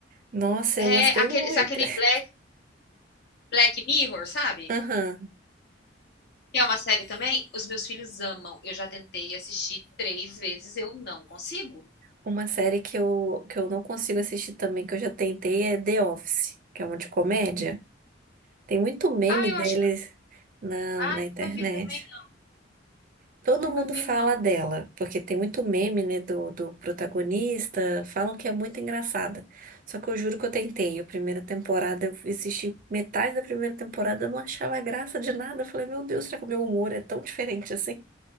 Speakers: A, on the right; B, on the left.
A: Nossa,
B: É,
A: eu gostei
B: aquele,
A: muito.
B: aquele Black Black Mirror, sabe?
A: Aham.
B: Que é uma série também. Os meus filhos amam. Eu já tentei assistir três vezes, eu não consigo.
A: Uma série que eu, que eu não consigo assistir também, que eu já tentei, é The Office, que é uma de comédia. Tem muito meme
B: Ah, eu
A: deles
B: acho que.
A: na,
B: Ah,
A: na internet.
B: nunca vi também.
A: Todo
B: Nunca
A: mundo
B: vi,
A: fala
B: não.
A: dela, porque tem muito meme, né, do, do protagonista, falam que é muito engraçada. Só que eu juro que eu tentei. A primeira temporada, eu assisti metade da primeira temporada, eu não achava graça de nada. Eu falei, meu Deus, será que o meu humor é tão diferente assim?